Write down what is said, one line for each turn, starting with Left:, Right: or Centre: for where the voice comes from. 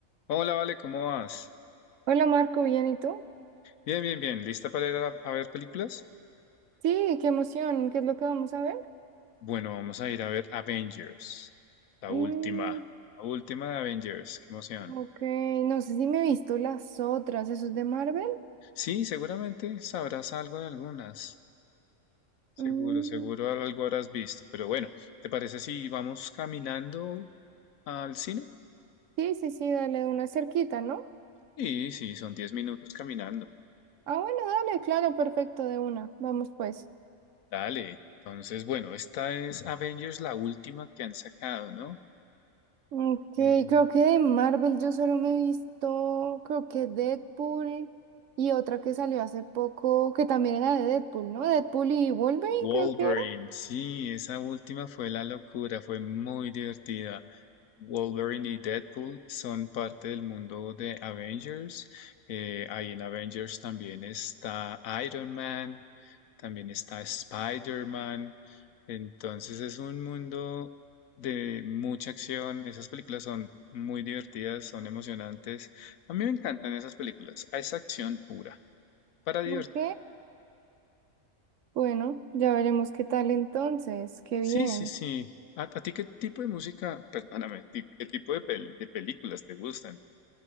Left: Hola, Vale, ¿cómo vas?
Right: Hola Marco, ¿bien y tú?
Left: Bien, bien, bien. ¿Lista para ir a, a ver películas?
Right: Sí, qué emoción, ¿qué es lo que vamos a ver?
Left: Bueno, vamos a ir a ver Avengers. La
Right: Mm,
Left: última. La última de Avengers. Qué emoción.
Right: ok, no sé si me he visto las otras, ¿eso es de Marvel?
Left: Sí, seguramente sabrás algo de algunas.
Right: Mm,
Left: Seguro, seguro algo habrás visto. Pero bueno, ¿te parece si vamos caminando al cine?
Right: sí, sí, sí, dale de una cerquita, ¿no?
Left: Sí, sí, son 10 minutos caminando.
Right: Ah, bueno, dale, claro, perfecto, de una, vamos pues.
Left: Dale. Entonces, bueno, esta es Avengers, la última que han sacado, ¿no?
Right: Ok,
Left: Eh,
Right: creo que de Marvel yo solo me he visto, creo que Deadpool y otra que salió hace poco, que también era de Deadpool, ¿no? Deadpool y Wolverine
Left: Wolverine,
Right: creo que era.
Left: sí, esa última fue la locura, fue muy divertida. Wolverine y Deadpool son parte del mundo de Avengers. eh, ahí en Avengers también está Iron Man, también está Spider-Man. Entonces es un mundo de mucha acción. Esas películas son muy divertidas, son emocionantes. A mí me encantan esas películas. Es acción pura, para divertirse.
Right: Ok. Bueno, ya veremos qué tal entonces, qué
Left: Sí,
Right: bien.
Left: sí, sí. ¿A, a ti qué tipo de música, perdóname, ti- qué tipo de, pel- de películas te gustan?